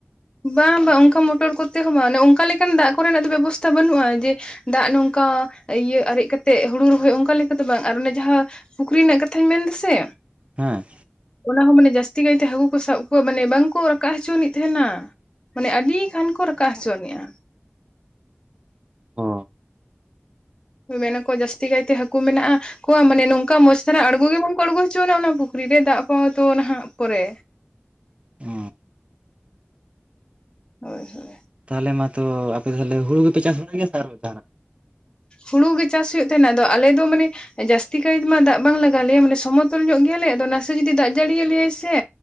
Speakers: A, on the left; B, on the right.
A: ᱵᱟᱝ ᱵᱟᱝ ᱚᱝᱠᱟ ᱢᱚᱴᱚᱨ ᱠᱚᱛᱮ ᱦᱚᱸ ᱵᱟᱝ ᱚᱱᱮ ᱚᱫᱠᱟ ᱞᱮᱠᱟᱱ ᱫᱟᱜ ᱠᱚᱨᱮᱱᱟᱜ ᱫᱚ ᱵᱮᱵᱚᱥᱛᱷᱟ ᱵᱟᱹᱱᱩᱜᱼᱟ ᱡᱮ ᱫᱟᱜ ᱱᱚᱝᱠᱟ ᱤᱭᱟᱹ ᱟᱨᱮᱡ ᱠᱟᱛᱮᱜ ᱦᱩᱲᱩ ᱨᱚᱦᱚᱭ ᱚᱱᱠᱟ ᱞᱮᱠᱟ ᱫᱚ ᱵᱟᱝ ᱟᱨ ᱚᱱᱮ ᱡᱟᱦᱟᱸ ᱯᱩᱠᱷᱨᱤ ᱨᱮᱱᱟᱜ ᱠᱟᱛᱷᱟᱹᱧ ᱢᱮᱱ ᱮᱫᱟ ᱥᱮ
B: ᱦᱮᱸ
A: ᱚᱱᱟ ᱦᱚᱸ ᱢᱟᱱᱮ ᱡᱟᱹᱥᱛᱤ ᱠᱟᱭᱛᱮ ᱦᱟᱹᱠᱩ ᱠᱚ ᱥᱟᱵ ᱠᱚᱣᱟ ᱢᱟᱱᱮ ᱵᱟᱝᱠᱚ ᱨᱟᱠᱟᱵ ᱦᱚᱪᱚ ᱟᱹᱱᱤᱡ ᱛᱟᱦᱮᱱᱟ ᱢᱟᱱᱮ ᱟᱹᱰᱤ ᱜᱟᱱ ᱠᱚ ᱨᱟᱠᱟᱵ ᱦᱚᱪᱚᱱᱮᱜᱼᱟ
B: ᱚ
A: ᱢᱮᱱᱟᱠᱚ ᱡᱟᱹᱥᱛᱤ ᱠᱟᱭᱛᱮ ᱦᱟᱹᱠᱩ ᱢᱮᱱᱟᱜᱼᱟ ᱟᱠᱚᱣᱟᱜ ᱢᱟᱱᱮ ᱱᱚᱝᱠᱟ ᱢᱚᱸᱪᱷ ᱫᱷᱟᱨᱟ ᱟᱬᱜᱚ ᱜᱮ ᱵᱟᱝ ᱠᱚ ᱟᱬᱜᱚ ᱦᱚᱪᱚᱣᱟᱱᱟ ᱚᱱᱟ ᱯᱩᱠᱷᱨᱤ ᱨᱮ ᱫᱟᱜ ᱠᱚᱦᱚᱸ ᱛᱚ ᱱᱟᱦᱟᱜ ᱯᱚᱨᱮ
B: ᱚ
A: ᱦᱳᱭ ᱦᱳᱭ
B: ᱛᱟᱦᱞᱮ ᱢᱟᱛᱚ ᱟᱯᱮ ᱛᱟᱦᱞᱮ ᱦᱩᱲᱩ ᱜᱮᱯᱮ ᱪᱟᱥ ᱵᱟᱲᱟᱭ ᱜᱮᱭᱟ ᱥᱮ ᱟᱨ ᱚᱠᱟ
A: ᱦᱩᱲᱩ ᱜᱮ ᱪᱟᱥ ᱦᱩᱭᱩᱜ ᱛᱟᱦᱮᱱᱟ ᱟᱫᱚ ᱟᱞᱮᱫᱚ ᱢᱟᱱᱮ ᱡᱟᱹᱥᱛᱤ ᱠᱟᱭᱛᱮ ᱢᱟ ᱫᱟᱜ ᱵᱟᱝ ᱞᱟᱜᱟ ᱞᱮᱭᱟ ᱢᱟᱱᱮ ᱥᱚᱢᱚᱛᱚᱞ ᱧᱚᱜ ᱜᱮᱭᱟᱞᱮ ᱟᱫᱚ ᱱᱟᱥᱮ ᱡᱩᱫᱤ ᱫᱟᱜ ᱡᱟᱹᱲᱤ ᱟᱞᱮᱭᱟᱭ ᱥᱮ